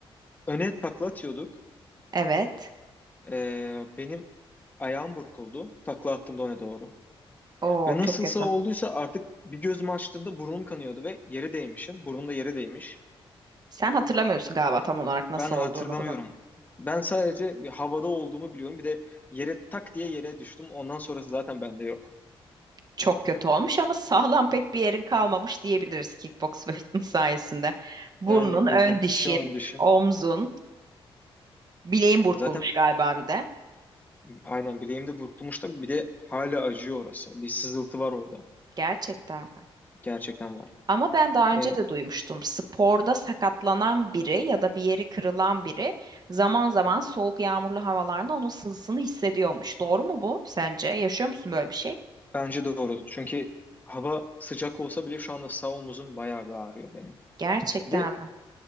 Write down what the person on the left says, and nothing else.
öne takla atıyorduk.
E, benim ayağım burkuldu. Takla attığımda öne doğru.
Ve nasılsa
olduysa artık bir gözümü açtığımda burnum kanıyordu ve yere değmişim. Burnum da yere değmiş.
Ben hatırlamıyorum.
Ben sadece bir havada olduğumu biliyorum. Bir de yere tak diye yere düştüm. Ondan sonrası zaten bende yok.
Yani
burnum
iki ön dişim.
Zaten
aynen bileğimde burkulmuş da bir de hala acıyor orası. Bir sızıltı var orada.
Gerçekten var.
E,
bence doğru. Çünkü hava sıcak olsa bile şu anda sağ omuzum bayağı bir ağrıyor benim.
Bir de